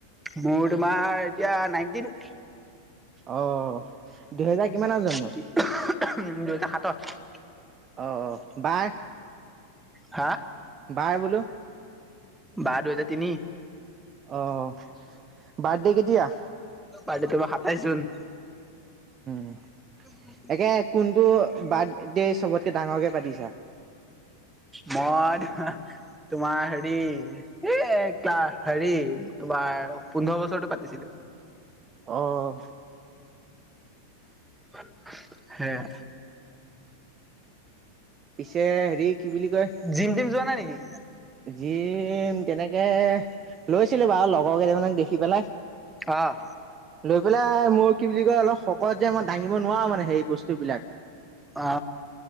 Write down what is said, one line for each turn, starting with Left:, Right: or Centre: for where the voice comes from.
Centre: মোৰ তোমাৰ এতিয়া নাইনটিন
Right: অ দুহেজাৰ কিমানৰ জন্ম
Centre: উম দুহেজাৰ সাতত
Right: অ অ বাৰ
Centre: হা
Right: বাৰ বোলো
Centre: বাৰ দুহেজাৰ তিনি
Right: অহ, বাৰ্থডে কেতিয়া?
Centre: বাৰ্ডে তোমাৰ সাতাইশ জুন।
Right: উম।
Centre: <unintelligible>
Right: একে কোনটো বাৰ্থডে চবতকে ডাঙৰকে পাতিছা?
Centre: মই, তোমাৰ হেৰি এ ক্লা হেৰি তোমাৰ পোন্ধৰ বছৰৰতো পাতিছিলোঁ।
Right: অহ।
Centre: <unintelligible> সেয়া।
Right: পিছে হেৰি কি বুলি কয়
Centre: জিম-টিম যোৱা নাই নেকি?
Right: জিম তেনেকে লৈছিলো বাৰু লগৰ কেইটামানক দেখি পেলাই।
Centre: অহ।
Right: লৈ পেলাই মোৰ কি বুলি কয়, অলপ শকত যে মই দাঙিব নোৱাৰো মানে হেৰি বস্তুবিলাক
Centre: অ